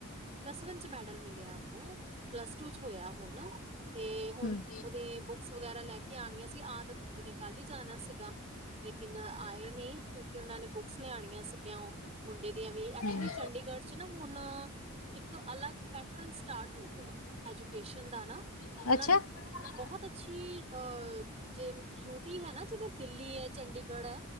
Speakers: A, on the right; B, on the left.
A: ਪਲੱਸ ਵਨ 'ਚ ਮੈਡਲ ਮਿਲਿਆ ਓਨੂੰ, ਪਲੱਸ ਟੂ 'ਚ ਹੋਇਆ ਹੁਣ। ਤੇ ਹੁਣ
B: ਮਿਲਿਆ ਮੈਨੂੰ। ਹੂੰ
A: ਓਦੀ ਬੁੱਕਸ ਵਗੈਰਾ ਲੈ ਕੇ ਆਣੀਆਂ ਸੀ, ਆ ਤੇ ਦੀਦੀ ਨੇ ਕੱਲ ਹੀ ਜਾਣਾ ਸੀ। ਸੀਗਾ, ਲੇਕਿਨ ਆਏ ਨੀ ਕਿਉਂਕਿ ਓਨਾਂ ਨੇ ਬੁੱਕਸ ਲਿਆਣੀਆਂ ਸੀਗੀਆਂ। ਓ ਮੁੰਡੇ ਦੀਆਂ ਵੀ, ਐਕਚੁਲੀ
B: ਹੂੰ
A: ਚੰਡੀਗੜ੍ਹ ਵਿਚ ਨਾ ਹੁਣ ਇੱਕ ਅਲੱਗ ਪੈਟਰਨ ਸਟਾਰ ਹੋ ਗਿਆ, ਐਜੂਕੇਸ਼ਨ ਦਾ ਨਾ।
B: ਉਹਨਾਂ
A: ਓਨਾਂ ਨੇ ਬਹੁਤ ਅੱਛੀ ਅ ਜੇ ਯੂ ਟੀ ਹੈ ਨਾ ਜਿਵੇਂ ਦਿੱਲੀ ਏ, ਚੰਡੀਗੜ੍ਹ ਐ।